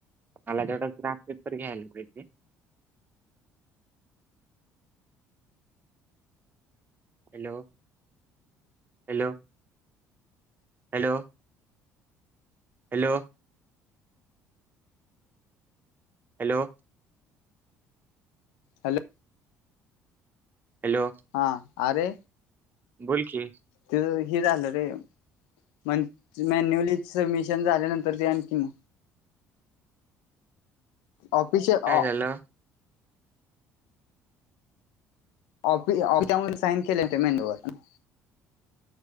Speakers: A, on the right; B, on the left.
A: मला तेवढंच ग्राफ पेपर घ्यायला पाहिजे. Hello hello hello. Hello. Hello.
B: Hello.
A: Hello.
B: हा, अरे.
A: बोल की.
B: ते हे झालं रे मंथ मॅन्युअली सबमिशन झाल्यानंतर ते आणखीन. ऑफिश ऑ
A: काय झालं
B: ऑफ ऑफि साईन केले <inaudible> मेन्यूवर.